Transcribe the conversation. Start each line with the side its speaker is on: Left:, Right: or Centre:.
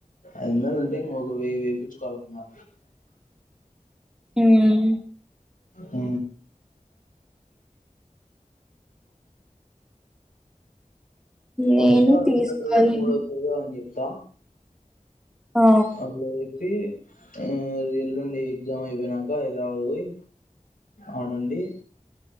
Left: ఐదొందలుంటే ఇంకోక వె వేపించ్కోలింగా
Centre: ఉమ్
Left: ఊ
Centre: నేను
Left: ఒస్సా రెండో
Centre: తీసుకోవాలి
Left: తేదో మూడో తేదోని జెప్ స్స
Centre: ఆ
Left: మల్ల కి ఆ ఎల్లుండి ఎగ్జామైపోయినాక హైదరాబాద్ పోయి ఆడుంది